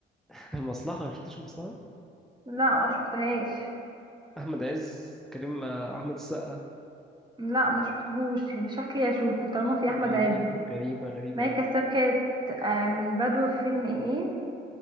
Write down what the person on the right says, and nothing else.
لا ما شفتهاش
لا ما شفتهوش شكلي اشوفه طالما في احمد
عز
مي
كساب كانت آه، من بدو فيلم ايه